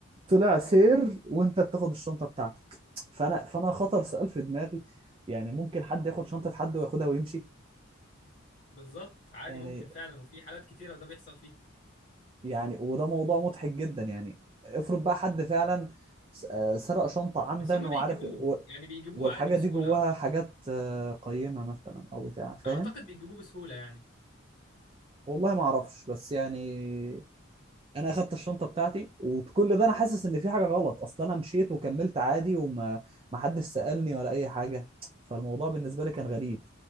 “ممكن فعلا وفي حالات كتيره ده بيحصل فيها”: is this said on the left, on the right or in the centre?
Left